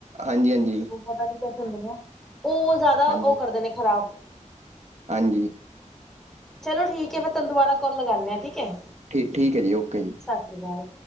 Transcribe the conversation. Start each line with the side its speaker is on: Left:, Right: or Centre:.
Right: ਹਾਂਜੀ ਹਾਂਜੀ
Centre: ਪਤਾ ਨੀ ਕਿਆ <unintelligible> ਉਹ ਜ਼ਿਆਦਾ
Right: ਹਾਂਜੀ।
Centre: ਉਹ ਕਰਦੇ ਨੇ ਖ਼ਰਾਬ
Right: ਹਾਂਜੀ
Centre: ਚਲੋ ਠੀਕ ਹੈ ਮੈਂ ਤਾਂਨੂੰ ਦੁਬਾਰਾ ਕੋਲ ਲਗਾਨੇ ਆਂ ਠੀਕ ਹੈ
Right: ਠੀਕ ਠੀਕ ਹੈ ਜੀ ਓਕੇ ਜੀ
Centre: ਸਤਿ ਸ਼੍ਰੀ ਅਕਾਲ